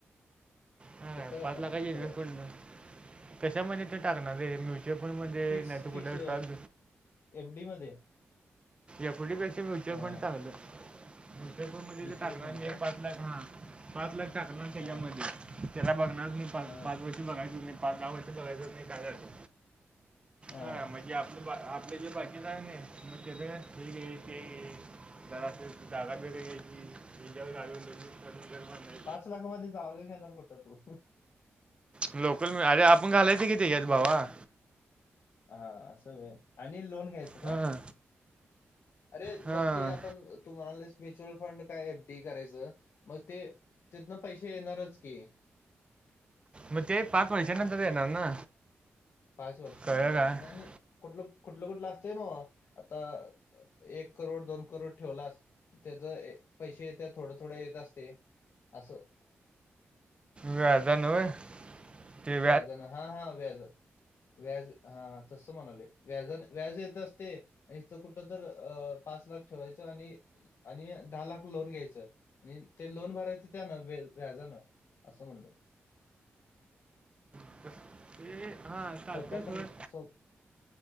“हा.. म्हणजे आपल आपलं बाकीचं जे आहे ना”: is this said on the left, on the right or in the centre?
Right